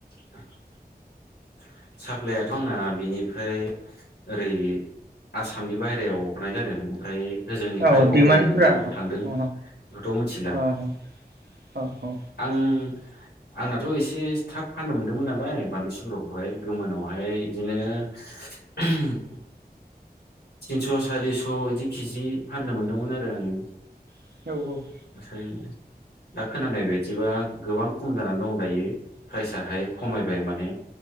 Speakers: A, on the left (about 80°); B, on the right (about 75°).
A: <inaudible> साप्लायाथ' आंना बेनिफ्राय ओरै आसामनि बाहेरायाव हरनाय जादों ओमफ्राय होजोंनिफ्राय
B: औ डिमान्डफोरा
A: अबाव अबाव थांदों
B: अ
A: बेखौथ' मिनथिला
B: औ औ औ
A: आं आंनाथ' एसे थाब फाननो मोन्दोंमोन नालाय बानलु <unintelligible> गोमोनावहाय बिदिनो <inaudible> तिनस' सारिस' इदि केजि फाननो मोनदोंमोन आरो आङो।
B: औ
A: साय दा खोनानाय बायदिबा गोबां खम जानानै दं दायो प्राइसाहाय खमायबाय माने